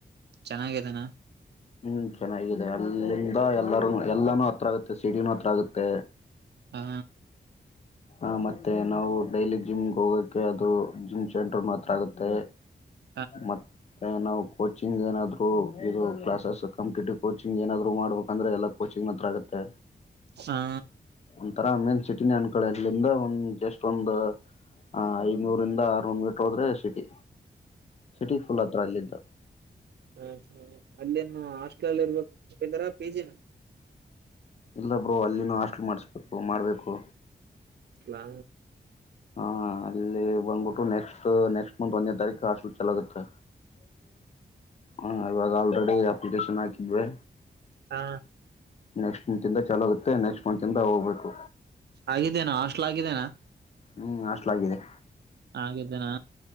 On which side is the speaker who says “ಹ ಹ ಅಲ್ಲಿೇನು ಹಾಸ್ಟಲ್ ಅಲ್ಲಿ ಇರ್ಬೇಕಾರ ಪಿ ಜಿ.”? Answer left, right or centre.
Right